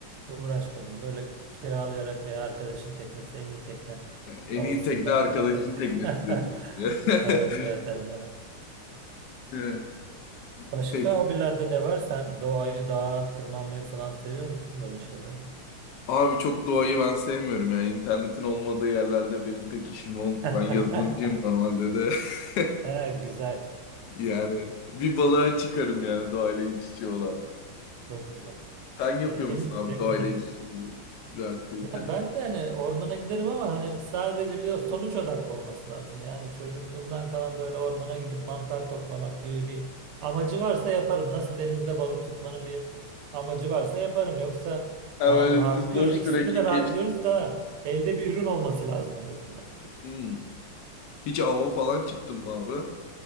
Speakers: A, on the right; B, on the left.
A: Uğraşmadım. Böyle kiralayarak veya arkadaşın teknesi en iyi tekne
B: En
A: havasından
B: iyi tekne arkadaşın
A: takıldık.
B: teknesidir diyorsun
A: <laughs>
B: ya.
A: Evet
B: <laughs>
A: evet Emre.
B: Evet.
A: Başka
B: Pek
A: hobilerde ne var? Sen doğayı, dağa tırmanmayı falan seviyor musun böyle şeyler?
B: abi çok doğayı ben sevmiyorum ya. İnternetin olmadığı yerlerde benim pek işim olmuyor.
A: <laughs>
B: Ben yazılımcıyım normalde de. <laughs>
A: Ha, güzel.
B: Yani bir balığa çıkarım yani doğayla iç içe olan.
A: Çok güzel.
B: Sen yapıyor
A: Ya deniz
B: musun abi
A: denizde
B: doğayla iç içe olan bir aktivite?
A: ya ben de hani ormana giderim ama hani sadece bir de sonuç odaklı olması lazım. Yani çocukluğumdan kalan böyle ormana gidip mantar toplamak gibi bir amacı varsa yaparım. Nasıl denizde balık tutmanın bir amacı varsa yaparım. Yoksa
B: Ha
A: tamam
B: böyle
A: rahatlıyoruz.
B: düz boş
A: İkisinde
B: trekking
A: de rahatlıyoruz
B: geç.
A: da elde bir ürün olması lazım en azından.
B: Hmm. Hiç ava falan çıktın mı abi?